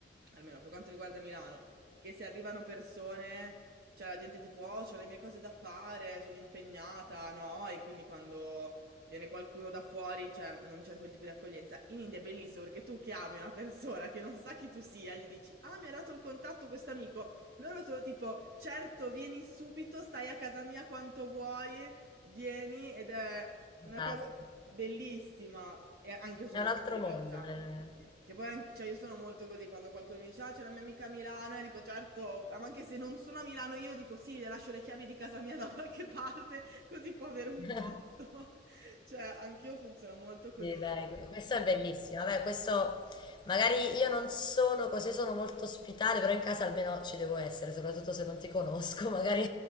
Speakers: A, on the right; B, on the left.
A: almeno per quanto riguarda Milano, che se arrivano persone, cioè la gente tipo, oh, ho le mie cose da fare, sono impegnata, no? E quindi quando viene qualcuno da fuori, cioè non c'è quel tipo di accoglienza. In India è bellissimo perché tu chiami una persona che non sa chi tu sia, e gli dici "Ah, mi ha dato il contatto questo amico". Loro sono tipo "Certo, vieni subito, stai a casa mia quanto vuoi, vieni" ed è
B: fantastico.
A: una cosa bellissima. E anch'io sono
B: È un
A: così
B: altro
A: in
B: mondo.
A: realtà.
B: eh.
A: Sì. Che poi anche- cioè, io sono molto così quando qualcuno mi dice ah, c'è la mia amica a Milano e dico certo, ah, ma anche se non sono a Milano io dico sì, le lascio le chiavi di casa mia da <laughs> qualche parte così può avere un
B: <laughs>
A: posto. <laughs> Cioè, anch'io funziono molto così.
B: Sì, dai, que- questo è bellissimo. Vabbè, questo magari io non sono così, sono molto ospitale, però in casa almeno ci devo essere, soprattutto se non ti conosco. <laughs> Magari,